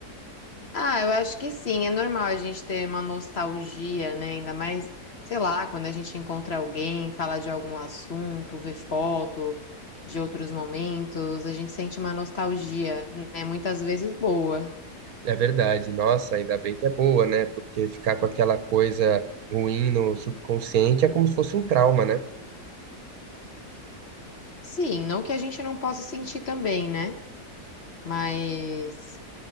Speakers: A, on the left (about 45°); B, on the right (about 65°).
A: Ah, eu acho que sim, é normal a gente ter uma nostalgia, né? Ainda mais, sei lá, quando a gente encontra alguém, fala de algum assunto, vê foto de outros momentos, a gente sente uma nostalgia, né? Muitas vezes boa.
B: É verdade. Nossa, ainda bem que é boa, né? Porque ficar com aquela coisa ruim no subconsciente é como se fosse um trauma, né?
A: Sim, não que a gente não possa sentir também, né? Mas